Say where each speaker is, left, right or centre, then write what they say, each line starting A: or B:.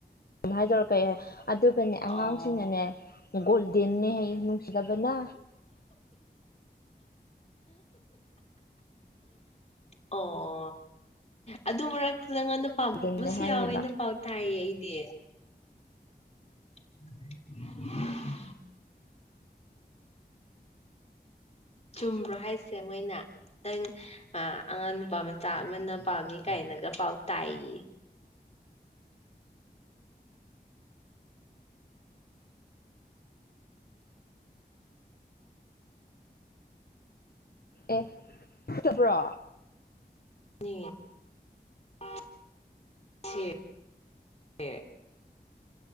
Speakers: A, on the left; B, on the left.
A: ꯍꯥꯏꯗꯧꯔꯛ ꯀ ꯑꯗꯨꯒꯅꯦ
B: ꯑꯣ
A: ꯑꯉꯥꯡꯁꯤꯡꯅꯅꯦ ꯒꯣꯜꯗꯦꯟꯅ ꯍꯥꯏ ꯅꯨꯡꯁꯤꯗꯕꯅ
B: ꯑꯣ ꯑꯗꯨ ꯃꯔꯛꯇ ꯅꯉꯣꯟꯗ ꯄꯥꯝꯕꯝꯕꯁꯨ
A: ꯒꯣꯜꯗꯟꯅꯦ ꯍꯥꯏꯔꯤꯕ
B: ꯌꯥꯎꯋꯦꯅ ꯄꯥꯎ ꯇꯥꯏꯌꯦ ꯑꯩꯗꯤ <unintelligible> ꯆꯨꯝꯕ꯭ꯔꯣ ꯍꯥꯏꯁꯦ ꯃꯣꯏꯅ ꯅꯪ ꯑ ꯑꯉꯥꯡ ꯅꯨꯄꯥ ꯃꯆꯥ ꯑꯃꯅ ꯄꯥꯝꯃꯤ ꯀꯥꯏꯅꯒ ꯄꯥꯎ ꯇꯥꯏꯌꯦ
A: ꯑꯦ ꯆꯠꯇꯕ꯭ꯔꯣ
B: <unintelligible>